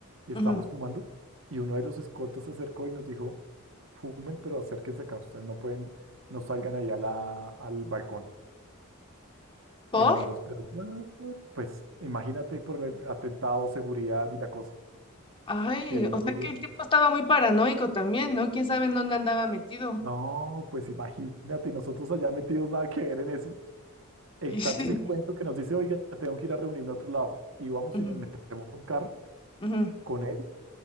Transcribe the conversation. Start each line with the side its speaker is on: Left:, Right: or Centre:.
Right: y estábamos
Left: ujú.
Right: fumando. Y uno de los escoltas se acercó y nos dijo, fumen, pero acérquense acá, ustedes no pueden, no salgan ahí a la- al balcón.
Left: ¿Por?
Right: Y nosotros, pero, "What?". pues imagínate por el atentado, seguridad y la cosa,
Left: Ay,
Right: era inseguro.
Left: o sea que el tipo estaba muy paranoico también, ¿no? ¿Quién sabe en dónde andaba metido?
Right: No, pues imagínate, y nosotros allá metidos nada que ver en eso. El
Left: Y
Right: tanto
Left: sí.
Right: es el cuento que nos dice, oiga, tengo que ir a reunirme a otro lado. Y vamos
Left: <laughs> ujú,
Right: y nos metemos a un carro
Left: ujú,
Right: con él